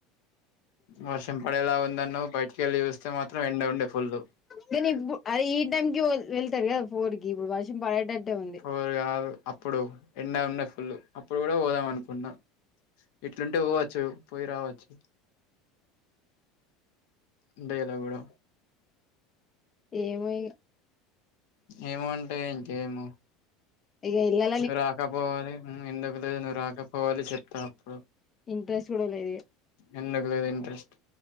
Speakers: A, on the left; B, on the left.
A: వర్షం పడేలా ఉందన్నవ్ బయటికి ఎళ్ళి చూస్తే మాత్రం ఎండ ఉండే ఫుల్లు
B: కానీ ఇప్పుడు అదే ఈ టైంకి వెళ్తారు కదా ఫోర్ ఇప్పుడు వర్షం పడేటట్టే ఉంది
A: ఇప్పుడు గాదు అప్పుడు ఎండ ఉన్నాయి ఫుల్ అప్పుడు గూడా పోదాం అనుకుంన్నాం ఇట్లుంటే పోవచ్చు పోయి రావచ్చు ఉండే ఇలా గూడా
B: ఏమో ఇగా
A: ఏమో అంటే ఇంకేమో
B: ఇగా ఎల్త్
A: నువ్వు రాకపోవాలి ఎందుకు లేదు నువ్వు రాకపోవాలి చెప్తా అప్పుడు
B: ఇంట్రెస్ట్ కూడలేదుఇగ
A: ఎందుకు లేదు ఇంట్రెస్ట్